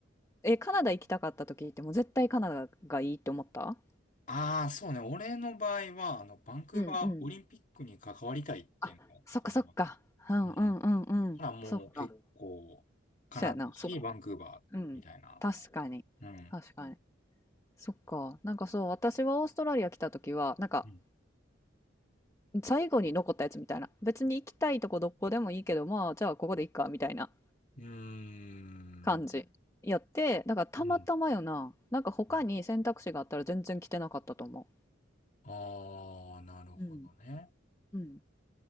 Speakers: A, on the left (about 15°); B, on the left (about 40°).
A: え、カナダ行きたかった時ってもう絶対カナダがいいって思った
B: ああ、そうね。俺の場合は、あの、バンクーバーオリンピックに関わりたいっていうのがあったから、
A: うんうん。あ、そっかそっか。
B: う
A: うんうんうんうん。
B: ん。ほら、もう結構、
A: そっか。
B: カナダだし、
A: そうやな。そっか。
B: バンクーバーみたいな。
A: うん。確かに。
B: うん。
A: 確かに。そっか。なんかそう、私はオーストラリア来た時は、なんか、
B: うん。
A: 最後に残ったやつみたいな。別に行きたいとこどこでもいいけど、まあ、じゃあここでいっか、みたいな。
B: うーん。
A: 感じやって、だからたまたまよな。
B: うん。
A: なんか他に選択肢があったら全然着てなかったと思
B: うんああ、なるほどね。
A: ううん。うん。